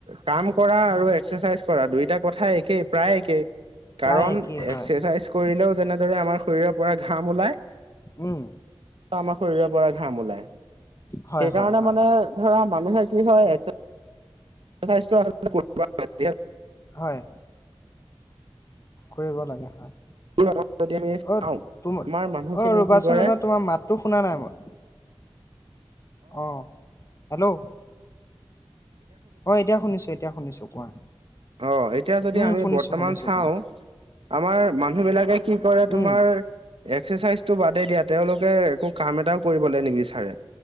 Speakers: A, on the right; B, on the left.
A: কাম কৰা আৰু এক্সাৰচাইজ কৰা দুইটা কথা একেই প্ৰায় একেই
B: প্ৰায়
A: কাৰণ
B: একেই হয়
A: এক্সাৰচাইজ কৰিলেও যেনেদৰে আমাৰ শৰীৰৰ পৰা ঘাম ওলাই
B: উম
A: আমাৰ শৰীৰৰ পৰা ঘাম ওলাই।
B: হয়
A: সেইকাৰণে
B: হয় হয়
A: মানে ধৰা মানুহে কি হয়? <inaudible>
B: হয় কৰিব লাগে হয়।
A: য, আমি চাওঁ
B: অ তুম
A: আমাৰ মানুহখিনি
B: অ ৰ'বাচোন
A: কি কৰে?
B: ৰ'বা তোমাৰ মাতটো শুনা নাই মই অ, হেল্ল'? হয় এতিয়া শুনিছো, এতিয়া শুনিছো। কোৱা
A: আহ, এতিয়া যদি
B: উম
A: আমি
B: শুনিছো
A: বৰ্তমান
B: শুনিছো
A: চাওঁ
B: কোৱা
A: আমাৰ মানুহ বিলাকে কি কৰে তোমাৰ
B: উম
A: এক্সাৰচাইজ টো বাদেই দিয়া তেওঁলোকে একো কাম এটাও কৰিবলৈ নিবিচাৰে